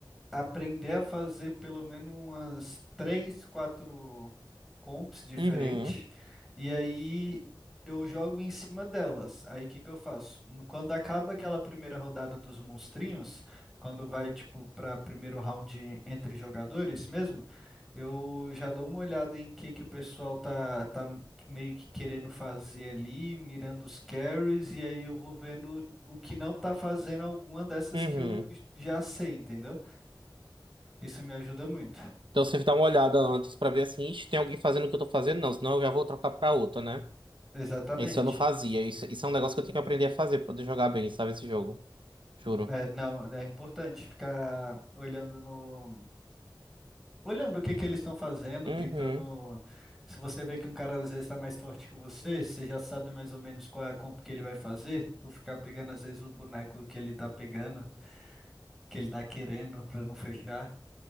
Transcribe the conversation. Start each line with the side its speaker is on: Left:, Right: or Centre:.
Centre: aprender a fazer pelo menos umas três, quatro comps diferentes,
Right: Uhum,
Centre: e aí eu jogo em cima delas. Aí o que que eu faço? No- Quando acaba aquela primeira rodada dos monstrinhos, quando vai tipo para primeiro round entre jogadores mesmo, eu já dou uma olhada em que que o pessoal tá, tá meio que querendo fazer ali, mirando os carries, e aí eu vou vendo o que não tá fazendo alguma dessas
Right: uhum.
Centre: que eu já sei, entendeu? Isso me ajuda muito.
Right: Então você dá uma olhada antes pra ver assim, "Ixi, tem alguém fazendo o que eu tô fazendo? Não, senão eu já vou trocar pra outra, né?
Centre: Exatamente.
Right: Isso eu não fazia. Isso, isso é um negócio que eu tenho que aprender a fazer pra poder jogar bem, sabe? Esse jogo. Juro.
Centre: É, não, é importante ficar olhando no, olhando o que que eles estão fazendo,
Right: Uhum.
Centre: tentando. Se você vê que um cara às vezes está mais forte que você, você já sabe mais ou menos qual é a comp que ele vai fazer. Tu ficar pegando às vezes o boneco que ele tá pegando, que ele tá querendo pra não fechar.